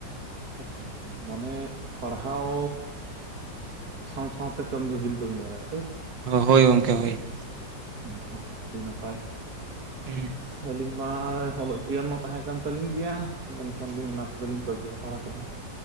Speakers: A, on the right; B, on the right.
A: ᱟᱪᱪᱷᱟ ᱟᱪᱪᱷᱟ ᱢᱟᱱᱮ ᱯᱟᱲᱦᱟᱣ ᱥᱟᱶ ᱥᱟᱶᱛᱮ ᱠᱟᱹᱢᱤ ᱦᱚᱸᱵᱮᱱ ᱠᱟᱹᱢᱤ ᱵᱟᱲᱟᱭᱟ ᱾
B: ᱦᱳᱭ ᱜᱚᱢᱠᱮ ᱦᱳᱭ ᱾
A: ᱦᱮᱸ ᱛᱚ ᱟᱹᱰᱤ ᱱᱟᱯᱟᱭ
B: ᱦᱩᱸ
A: ᱟᱹᱞᱤᱧ ᱢᱟ ᱚᱞᱚᱜ ᱡᱤᱭᱚᱱ ᱢᱟ ᱛᱟᱦᱮᱸᱠᱟᱱ ᱛᱟᱹᱞᱤᱧ ᱜᱮᱭᱟ ᱢᱮᱱᱠᱷᱟᱱ ᱞᱤᱧ ᱚᱱᱟ ᱠᱚᱫᱚᱞᱤᱧ ᱵᱟᱹᱜᱤ ᱦᱟᱛᱟᱲ ᱟᱠ ᱠᱟᱫᱟ